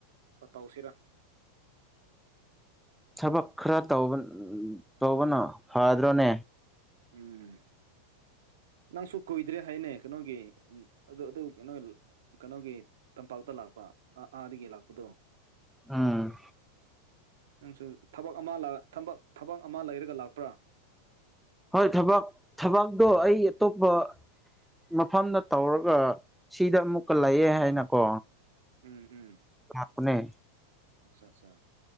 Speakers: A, on the right (about 65°); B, in the centre.
A: ꯇꯧꯁꯤꯔꯥ
B: ꯊꯕꯛ ꯈꯔ ꯇꯧꯕꯅ ꯇꯧꯕꯅ ꯐꯗ꯭ꯔꯣꯅꯦ
A: ꯎꯝ ꯅꯪꯁꯨ ꯀꯨꯏꯗ꯭ꯔꯦ ꯍꯥꯏꯅꯦ ꯀꯩꯅꯣꯒꯤ ꯑꯗꯨ ꯑꯗꯨ ꯀꯩꯅꯣ ꯀꯩꯅꯣꯒꯤ ꯇꯝꯄꯥꯛꯇ ꯂꯥꯛꯄ ꯑꯥꯗꯒꯤ ꯂꯥꯛꯄꯗꯣ
B: ꯎꯝ
A: ꯅꯪꯁꯨ ꯊꯕꯛ ꯑꯃ ꯊꯕꯛ ꯊꯕꯛ ꯑꯃ ꯂꯩꯔꯒ ꯂꯥꯛꯄ꯭ꯔꯥ
B: ꯍꯣꯏ ꯊꯕꯥꯛ ꯊꯕꯥꯛꯇꯣ ꯑꯩ ꯑꯇꯣꯞꯄ ꯃꯐꯝꯗ ꯇꯧꯔꯒ ꯁꯤꯗ ꯑꯃꯨꯛꯀ ꯂꯩꯌꯦ ꯍꯥꯏꯅꯀꯣ
A: ꯎꯝ ꯎꯝ
B: ꯂꯥꯛꯄꯅ‌ꯦ
A: ꯑꯠꯆꯥ ꯑꯠꯆꯥ